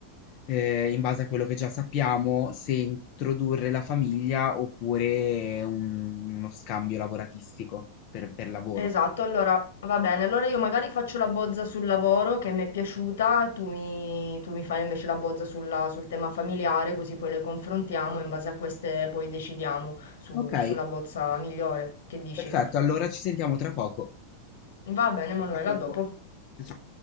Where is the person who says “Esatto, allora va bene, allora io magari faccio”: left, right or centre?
Left